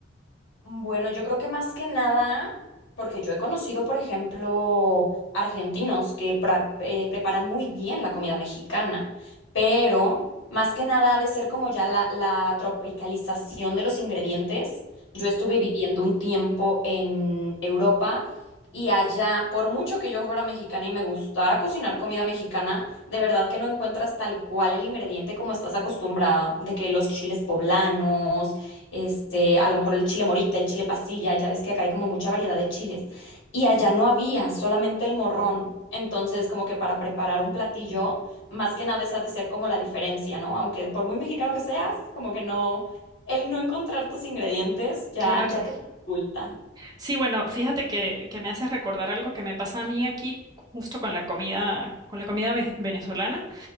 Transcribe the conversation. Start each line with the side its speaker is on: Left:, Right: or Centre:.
Left: Bueno, yo creo que más que nada, porque yo he conocido, por ejemplo, argentinos que pra- eh, preparan muy bien la comida mexicana, pero más que nada ha de ser como ya la, la tropicalización de los ingredientes. Yo estuve viviendo un tiempo en Europa y allá, por mucho que yo fuera mexicana y me gustara cocinar comida mexicana, de verdad que no encuentras tal cual el ingrediente como estás acostumbrada, de que los chiles poblanos este, a lo mejor el chile morita, el chile pasilla, ya ves que acá hay como mucha variedad de chiles. Y allá no había, solamente el morrón. Entonces, como que para preparar un platillo, más que nada esa ha de ser como la diferencia, ¿no? Aunque por muy mexicano que seas, como que no, el no encontrar tus ingredientes ya,
Right: Claro.
Left: ya te dificulta.
Right: Sí, bueno, fíjate que, que me hace recordar algo que me pasa a mí aquí justo con la comida, con la comida ve- venezolana.